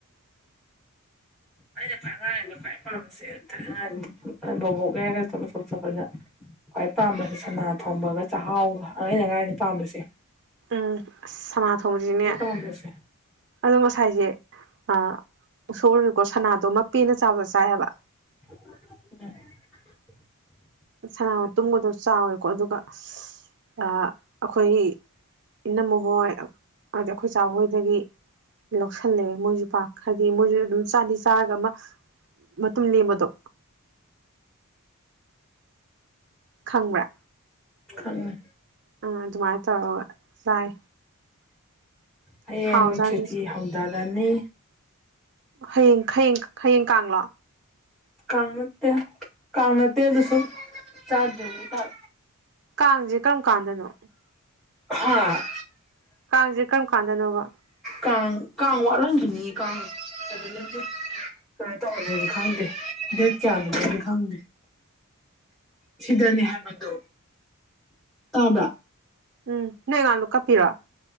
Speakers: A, on the right; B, in the centre.
A: <inaudible>
B: ꯑꯩꯅ ꯈ꯭ꯋꯥꯏ ꯑꯉꯥꯡ ꯑꯣꯏꯉꯩ ꯈ꯭ꯋꯥꯏ ꯄꯥꯝꯕ <unintelligible> ꯕꯣꯕꯣꯛꯒ ꯑꯩꯒ ꯊꯕꯛ ꯁꯨꯝ ꯆꯠꯄꯗ ꯈ꯭ꯋꯥꯏ ꯄꯥꯝꯕꯁꯦ ꯁꯅꯥ ꯊꯣꯡꯕꯒ ꯆꯥꯛꯍꯥꯎꯒ ꯑꯥꯏꯅ ꯑꯉꯥꯡ ꯑꯣꯏꯔꯤꯉꯩꯗ ꯄꯥꯝꯕꯁꯦ
A: ꯎꯝ ꯑꯁ ꯁꯅꯥ ꯊꯣꯡꯕꯖꯤꯅꯦ
B: ꯗꯤ ꯄꯥꯝꯕꯁꯦ
A: ꯑꯗꯣ ꯉꯁꯥꯏꯁꯦ ꯑꯥ ꯎꯁꯣꯞ ꯑꯣꯏꯔꯀꯣ ꯁꯅꯥꯗꯣꯃ ꯄꯦꯟꯅ ꯆꯥꯕ ꯆꯥꯏꯍꯥꯕ
B: <unintelligible>
A: ꯁꯅꯥ ꯇꯨꯝꯕꯗꯣ ꯆꯥꯎꯌꯦꯀꯣ ꯑꯗꯨꯒ ꯑꯁ ꯑ ꯑꯩꯈꯣꯏ ꯏꯅꯝꯃꯥ ꯍꯣꯏ ꯑꯗ ꯑꯈꯣꯏ ꯆꯥ ꯍꯣꯏꯗꯒꯤ ꯂꯧꯁꯜꯂꯦ ꯃꯣꯏꯁꯨ ꯄꯥꯛ ꯍꯥꯏꯗꯤ ꯃꯣꯏꯁꯨ ꯑꯗꯨꯝ ꯆꯥꯗꯤ ꯆꯥꯔꯒ ꯑꯃ ꯃꯇꯨꯝ ꯂꯦꯝꯕꯗꯣ ꯈꯪꯕ꯭ꯔꯥ
B: ꯈꯪꯉꯦ
A: ꯑꯥ ꯑꯗꯨꯃꯥꯏꯅ ꯇꯧꯔꯒ ꯆꯥꯏ
B: ꯍꯌꯦꯡ
A: ꯍꯥꯎꯖꯥꯠꯅꯤ
B: ꯈꯦꯠꯆ꯭ꯔꯤ ꯍꯧꯗꯔꯅꯤ
A: ꯍꯌꯦꯡ ꯍꯌꯦꯡ ꯍꯌꯦꯡ ꯀꯥꯡꯂꯣ
B: ꯀꯥꯡ ꯅꯠꯇꯦ ꯀꯥꯡ ꯅꯠꯇꯦ ꯑꯗꯨꯁꯨ ꯆꯥꯗꯔꯕ ꯀꯥꯟ
A: ꯀꯥꯡꯖꯦ ꯀꯔꯝ ꯀꯥꯟꯗꯅꯣ
B: ꯍꯥꯥ
A: ꯀꯥꯡꯖꯦ ꯀꯔꯝ ꯀꯥꯟꯗꯅꯣꯕ
B: ꯀꯥꯡ ꯀꯥꯡ ꯋꯠꯂꯝꯈꯤꯅꯤ ꯀꯥꯡ <unintelligible> ꯀꯩꯅꯣ ꯗꯧꯍꯧꯗꯗꯤ ꯈꯪꯗꯦ ꯗꯦꯠ ꯀꯌꯥꯗꯅꯣꯗꯤ ꯈꯪꯗꯦ ꯁꯤꯗꯅꯦ ꯍꯥꯏꯕ ꯗꯣ ꯇꯥꯕ꯭ꯔ
A: ꯎꯝ ꯅꯣꯏ ꯑꯉꯥꯡꯗꯣ ꯀꯞꯄꯤꯔꯣ